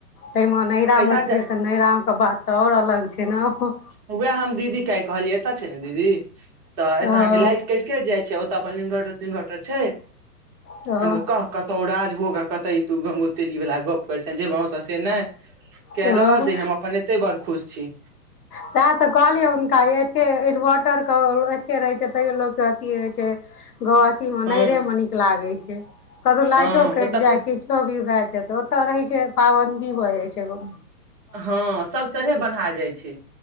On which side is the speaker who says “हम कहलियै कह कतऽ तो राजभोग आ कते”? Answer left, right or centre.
Right